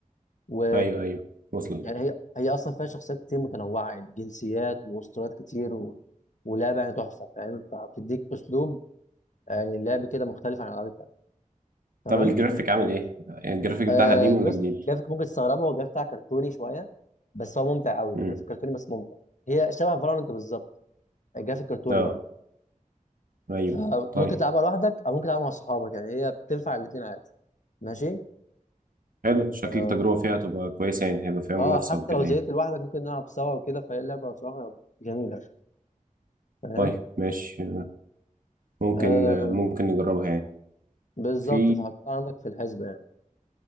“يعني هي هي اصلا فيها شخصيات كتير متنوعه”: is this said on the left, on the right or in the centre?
Left